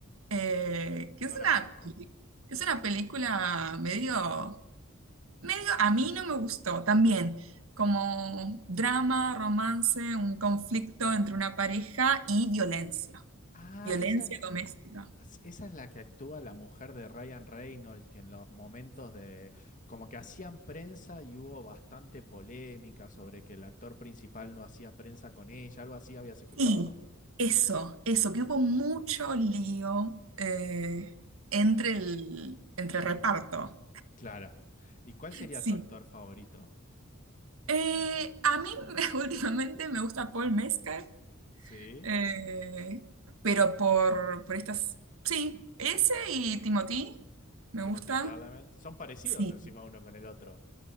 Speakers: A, on the right (about 80°); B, on the left (about 40°).
A: eh, que es
B: No
A: una,
B: la conozco.
A: peli- es una película medio, medio, a mí no me gustó también, como drama, romance, un conflicto entre una pareja y violencia,
B: Ah,
A: violencia
B: esa,
A: doméstica.
B: es- esa es la que actúa la mujer de Ryan Reynolds, que en los momentos de, como que hacían prensa y hubo bastante polémica sobre que el actor principal no hacía prensa con ella, algo así habías escuchado.
A: Sí, eso, eso, que hubo mucho lío eh, entre el, entre el reparto.
B: Claro. ¿Y cuál sería
A: Sí,
B: tu actor favorito?
A: Eh, a mí <laughs> últimamente me gusta Paul Mescal,
B: Sí,
A: eh, pero por, por estas... Sí, ese y Timothy me
B: Timothée
A: gustan.
B: Chalamet. Son parecidos
A: Sí.
B: encima uno con el otro.